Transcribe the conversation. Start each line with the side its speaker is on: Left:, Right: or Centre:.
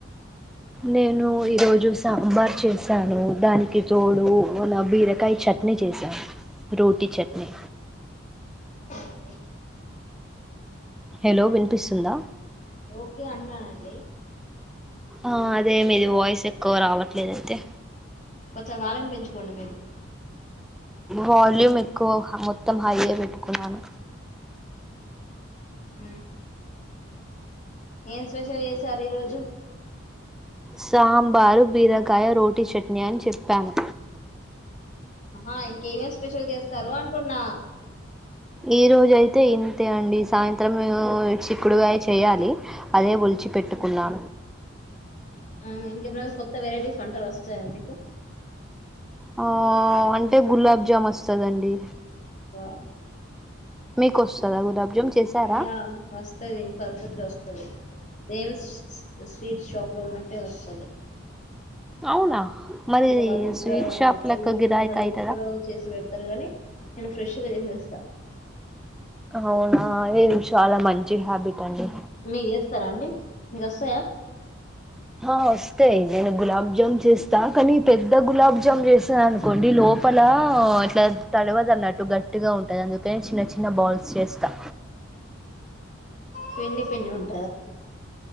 Centre: నేను ఈరోజు సాంబార్ చేశాను దానికి తోడు అలా బీరకాయ చట్నీ చేసాను రోటీ చట్నీ.
Left: ఏంటిది
Centre: హలో వినిపిస్తుందా.
Left: ఓకే అన్న అండి.
Centre: ఆ అదే మీది వాయిస్ ఎక్కువ రావట్లేదైతే.
Left: కొంచం వాళ్యూమ్ పెంచుకోండి మీరు
Centre: వళ్యూమ్ ఎక్కువ మొత్తం హై ఎ పెట్టుకున్నాను
Left: ఊ ఏం స్పెషల్ చేసారు ఈరోజు
Centre: సాంబారు బీరకాయ రోటీ చట్నీ అని చెప్పాను
Left: ఆ ఇంకేమేం స్పెషల్ చేస్తారు అంటున్నా
Centre: ఈ రోజ అయితే ఇంతే అండి సాయంత్రం చిక్కుడుగాయ చేయాలి అదే ఒలిచి పెట్టుకున్న
Left: ఆమ్ ఇంకేమైనా కొత్త వెరైటీస్ కన్ అలు వస్తాయా మీకు
Centre: ఆ అంటే గులాబ్ జామ్ వస్తదండి
Left: వావ్
Centre: మీకు వస్తదా గులాబ్ జామ్ చేసారా
Left: యా వస్తది పర్ఫెక్ట్ గా వస్తది రెమ్స్ స్వీట్ షాప్ లో ఉన్నట్టే వస్తది
Centre: అవునా మరి
Left: ఇంత బాగా ఇంకా
Centre: స్వీట్ షాప్
Left: స్వీట్
Centre: లెక్క గిరాయికి
Left: ఉన్నది
Centre: అయితదా
Left: ఎక్కడో చేసి పెడతారు గాని నేను ఫ్రెష్ గా చేసేస్త
Centre: అవునా ఏ చాలా మంచి హ్యాబిట్ అండి.
Left: మీ చేస్తారా అండి మీకు వస్తాయా.
Centre: ఆ వస్తాయి నేను గులాబ్ జామ్ చేస్తా కానీ పెద్ద గులాబ్ జామ్ చేసానుకోండి. లోపల అట్లా తడవదు అన్నట్టు గట్టిగా ఉంటది. అందుకని చిన్న చిన్న బాల్స్ చేస్తా
Left: పిన్ని <unintelligible>